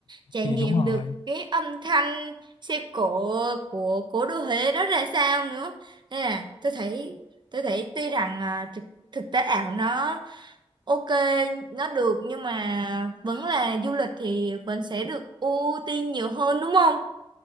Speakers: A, on the right; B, on the left.
A: trải
B: thì
A: nghiệm
B: đúng rồi
A: được cái âm thanh xe cộ của cố đô Huế đó ra sao nữa nên là tôi thấy tôi thấy tuy rằng à, thực, thực tế ảo nó ok nó được nhưng mà vẫn là du lịch thì vẫn sẽ được ưu tiên nhiều hơn đúng không